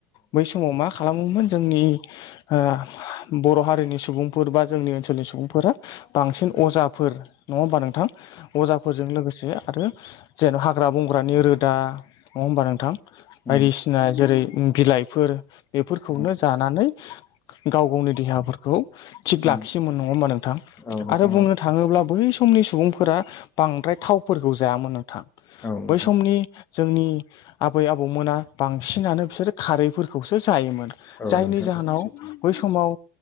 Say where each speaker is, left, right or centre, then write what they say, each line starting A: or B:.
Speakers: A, on the left; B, on the left.
A: बै समाव मा खालामोमोन। जोंनि ओ बर' हारिनि सुबुंफोर बा जोंनि ओनसोलनि सुबुंफोरा बांसिन अजाफोर नङा होमबा नोंथां अजाफोरजों लोगोसे आरो जेन' हाग्रा बंग्रानि रोदा नङा होमबा नोंथां -
B: उम
A: बायदिसिना जेरै बिलाइफोर बेफोरखौनो
B: उम
A: जानानै गाव गावनि देहाफोर खौ थिग
B: उम
A: लाखियोमोन नङा हा नोंथां
B: औ नोंथां
A: आरो बुंनो थाङोब्ला बै सम समनि सुबुंफोरा बांद्राय थावफोरखौ जायामोन नोंथां
B: औ नोंथां
A: बै समनि जोंनि आबै आबौमोना बांसिनानो बिसोरो खारैफोरखौसो जायोमोन
B: औ
A: जायनि
B: नोंथां
A: जाहोनाव
B: गोरान सैथो
A: बै समाव